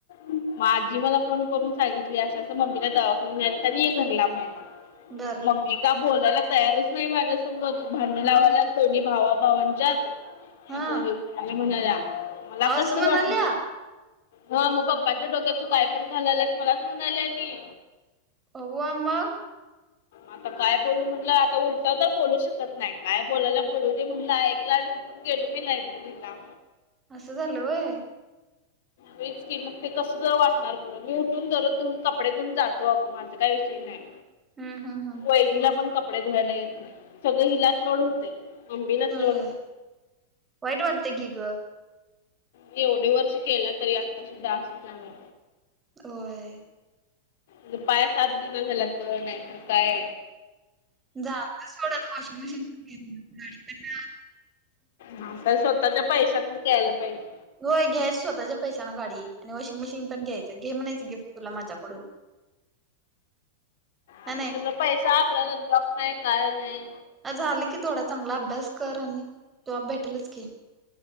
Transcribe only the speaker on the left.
मग आजीने मला फोन करून सांगितली अस अस मम्मीला दवाखान्याला नेलत तर ये घरला बघायला.
मम्मी काय बोलायला तयारच नाही माझ्या संग तू भांड लावायलाच
दोन्ही भावा भावनांच्यात.
असं हे का बर म्हणाल्या मला
कसतरी
वाटलं हा मग पप्पांच्या डोक्यात तू काय पण घालायलायस मलाच म्हणा लागली.
आता काय बोलू म्हणलं आता उलट तर बोलू शकत नाही काय बोलायला बोलू दे म्हटलं ऐकला गेली मी लायब्ररीला
हो की मग ते कसं तरी वाटणार बर मी उठून रोज कपडे धुऊन जातो अगं अस काय विषय नाही.
बहिणीला पण कपडे धुवायला येत नाही सगळं हिलाच लोड होतय मम्मीलाच लोड
मी एवढी वर्ष केला तरी आत्ता सुद्धा असंच आहे.
माझं पाय साथ देईना झाल्यात ग नायतर काय
हा तर स्वतःच्या पैशातनच द्यायला पाहिजे.
आता
त्याचा पैसा आपल्याला जॉब नाय काय नाय